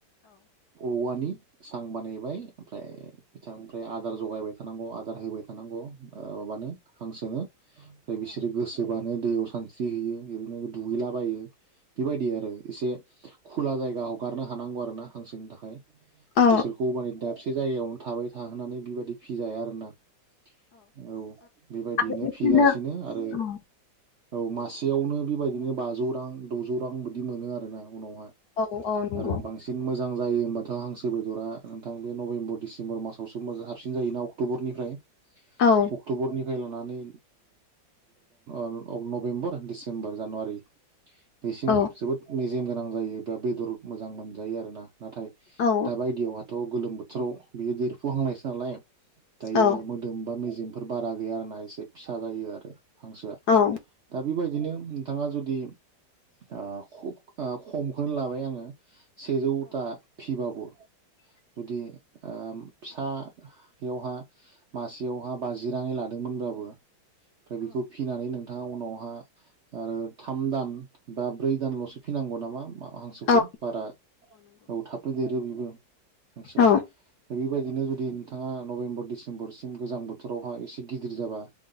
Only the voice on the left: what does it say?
औ
बेबायदिनो
औ
औ औ नंगौ
औ
औ
औ
औ
औ औ
<inaudible>
औ
औ